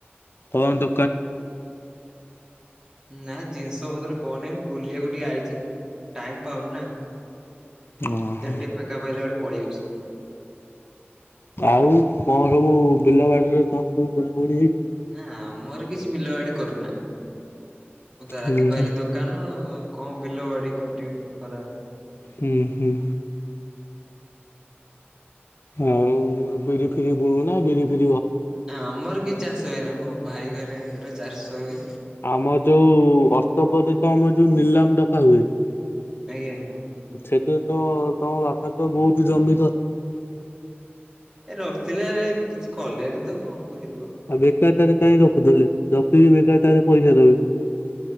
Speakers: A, on the left; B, on the right.
A: କଣ ଦୋକାନରୁ
B: ନା ଜିନିଷ ପତ୍ର କଣ ନାଇ ବୁଲିବାକୁ ଟିକେ ଆଇଚି ଟାଇମ ପାଉନି ନା।
A: ଓହୋ
B: ତେଲଟି ଫାଙ୍କା ପାଇଲା ବେଳ ପଡି ଯାଉଛି
A: ଆଉ କଣ ସବୁ ବିଲ ବାଡିରେ କଣ ସବୁ ବୁଣାବୁଣି ହେଇଛି?
B: ନା ଆମର କିଛି ବିଲ ବାଡି କରୁନା ମୁଁ ତ
A: ହୁଁ
B: ରାତି ପାଇଲି ଦୋକାନ କଣ ବିଲ ବାଡି ଖଟ ଖରାରେ
A: ହୁଁ ହୁଁ। ଆଉ ବିରି ଫରି ବୁ ନା ବିରି ଫରି
B: ଆ ଆମର କିଛି ଚାଷ ହୁଏନହି ମୋ ଭାଇ ଘରଙ୍କର ଚାଷ ହୁଏ।
A: ଆମ ଯୋଉ ଅଷ୍ଟପଦ ତ ଆମ ଯୋଉ ନିଲାମ ଦଫା ହୁଏ।
B: ଆଜ୍ଞା।
A: ସେଥିରେ ତ ତମ ବାପା ତ ବହୁତ ଜମି ଧରିଛନ୍ତି।
B: ଏ ରଖିଥିଲେ କିଛି କଲେନି ତ କଣ କରିବ।
A: ଆଉ ବେକାରଟାରେ କାହିଁ ରଖୁଥିଲେ, ରଖି ବେକାରଟାରେ ପଇସା ଦବି